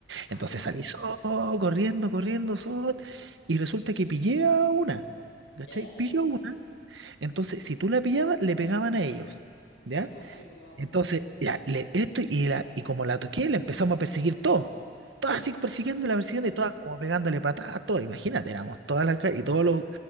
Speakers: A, on the left; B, on the right.
A: <laughs>
B: Entonces salí so, corriendo, corriendo, so, y resulta que pillé a una. ¿Cachai?
A: ya,
B: Pilló
A: sí.
B: a una. Entonces, si tú la pillabas, le pegaban a ellos. ¿Ya?
A: Sí, pues, sí, sí, me acuerdo.
B: Entonces, ya, le, esto y, la, y como la toqué, la empezamos a perseguir todos. Todas así persiguiéndola, persiguiendo y todas como pegándole patadas, todo. Imagínate, éramos todas las ca- y todos los,